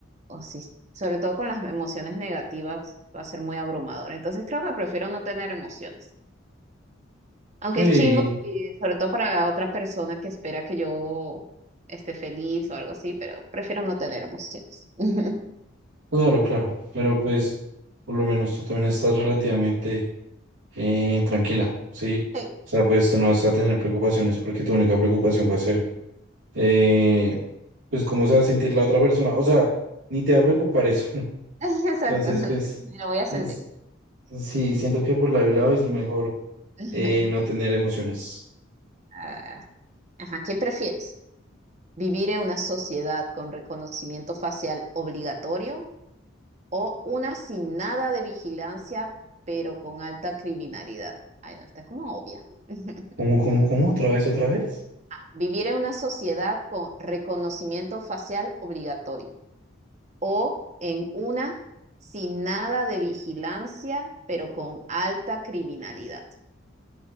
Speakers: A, on the right (about 35°); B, on the right (about 80°).
A: o si, sobre todo con las emociones negativas, va a ser muy abrumador. Entonces creo que prefiero no tener emociones. Aunque
B: Sí,
A: es chimbo, y sobre todo para otra persona que espera que yo esté feliz o algo así, pero prefiero no tener emociones. <laughs>
B: claro, claro. Pero pues, por lo menos tú también estás relativamente eh, tranquila, ¿sí?
A: Sí,
B: O sea, pues tú no vas a tener preocupaciones porque tu única preocupación va a ser, eh, pues, cómo se va a sentir la otra persona. O sea, ni te va a preocupar eso. <laughs>
A: <laughs> exacto.
B: Entonces,
A: <laughs>
B: pues,
A: Lo voy a sentir.
B: es- sí, siento que por la lado es mejor
A: <laughs>
B: eh, no tener emociones.
A: Ah, ajá, ¿qué prefieres? Vivir en una sociedad con reconocimiento facial obligatorio o una sin nada de vigilancia, pero con alta criminalidad. Ay, no, está como obvia. <laughs>
B: ¿Cómo, cómo, cómo? ¿Otra vez, otra vez?
A: Vivir en una sociedad con reconocimiento facial obligatorio o en una sin nada de vigilancia, pero con alta criminalidad.